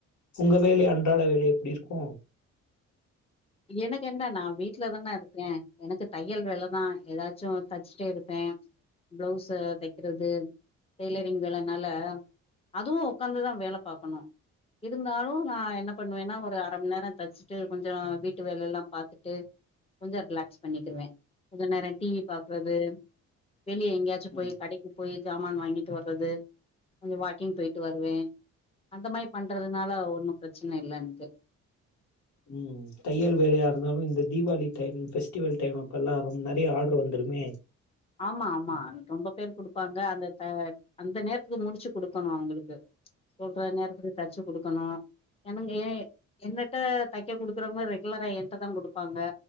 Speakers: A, on the left; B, on the left.
A: உங்க வேலை அன்றாட வேலை எப்டி இருக்கு
B: எனக்கென்ன நா வீட்லதான இருக்றே எனக்கு தையல் வேல தா எதாச்சு தச்ட்டே இருப்பே பிளவுஸு தெக்கிறது டெய்லரிங் வேலனால அதுவு உக்காந்துதா வேல பாக்கணு இருந்தாலு நா என்ன பண்வேன்னா ஒரு அர மண் நேரோ தச்ட்டு கொஞ்சொ வீட் ட்டு வேலெல்லா பாத்துட்டு கொஞ்சொ ரிலாக்ஸ் பண்ணக்கிருவே கொஞ்ச நேரோ டிவி பாக்றது வெளிய எங்கியாச்சு போய்
A: ம்
B: கடைக்கு போய் ஜாமான் வாங்கீட்டு வர்றது கொஞ்சொ வாக்கிங் போய்ட்டு வருவே அந்த மாரி பண்றதுனால ஒன்னு ப்ரெச்சன இல்ல எனக்கு
A: ம் தையல் வேலையா இருந்தாலு இந்த தீவாளி டைம் ஃபெஸ்டிவல் டைம் அப்பல்லா முன்னாடியே ஆடர் வந்துருமே
B: ஆம்மா ஆம்மா ரொம்ப பேர் குடுப்பாங்க அந்த த அந்த நேரத்து முடிச்சு குடுக்கணு அவுங்களுக்கு சொல்ற நேரத்துக்கு தச்சு குடுக்கணு எனங் ஏ என்னட்ட தக்க குடுக்கறவுங்க ரெகுலரா என்ட்ட தா குடுப்பாங்க